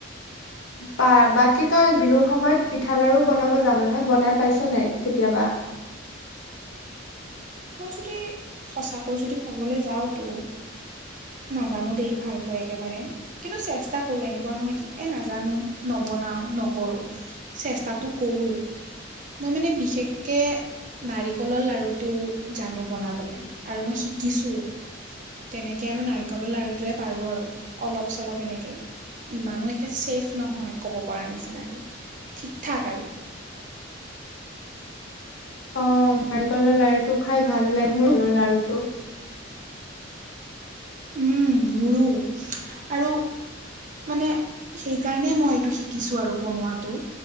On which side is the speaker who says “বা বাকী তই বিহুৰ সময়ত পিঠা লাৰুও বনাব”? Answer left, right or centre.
Left